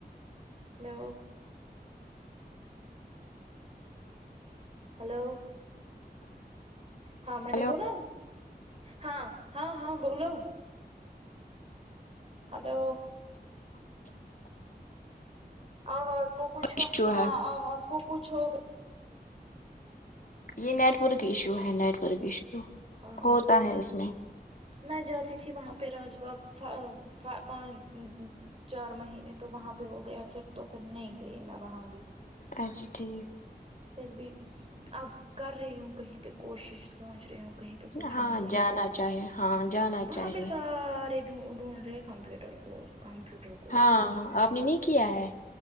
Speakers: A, on the right; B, on the left.
A: ہلو ہلو ہاں میں
B: ہلو
A: نے بولا ہاں ہاں ہاں بولو ہلو آواز کو کچھ
B: ایشو ہے
A: ہاں آواز کو کچھ ہوگیا
B: یہ نیٹورک ایشو ہے نیٹ ورک ایشو
A: گیا ہاں
B: ہوتا ہے اس میں
A: میں جاتی تھی وہاں پہ راج باغ ہاں باغ چار مہینے تو وہاں پہ ہو گیا پھر تو پھر نہیں گئی میں وہاں بھی
B: اچھا ٹھیک
A: پھر بھی اب کر رہی ہوں کہیں پہ کوشش سوچ رہی ہوں کہیں پہ تو کچھ
B: ہاں
A: ملے
B: جانا
A: تو
B: چاہیے ہاں جانا
A: وہاں
B: چاہیے
A: پہ سا سارے ڈھونڈ رہے ہیں کمپیوٹر کوس کمپیوٹر کورس
B: ہاں ہاں آپ نے نہیں کیا ہے